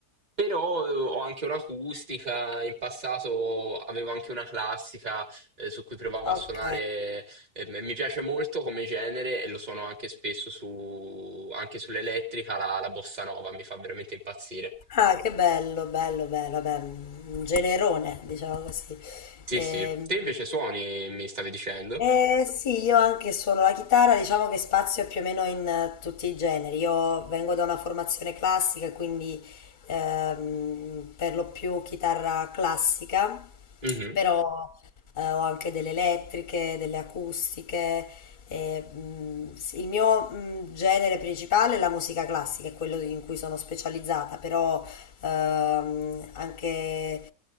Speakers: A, on the right; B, on the left.
A: però eh, ho anche un'acustica, in passato avevo anche una classica eh, su cui provavo
B: Ok.
A: a suonare, eh, mi piace molto come genere e lo suono anche spesso su, anche sull'elettrica, la, la bossa nova mi fa veramente impazzire.
B: Ah, che bello, bello, bello, vabbè, un generone, diciamo così.
A: Sì,
B: Ehm,
A: sì. Te invece suoni, mi stavi dicendo?
B: Eh, sì, io anche suono la chitarra, diciamo che spazio più o meno in eh, tutti i generi. Io vengo da una formazione classica, quindi ehm, per lo più chitarra classica,
A: Mhm.
B: però eh, ho anche delle elettriche, delle acustiche. e, mm, sì, il mio mm, genere principale è la musica classica, è quello in cui sono specializzata, però Ehm, anche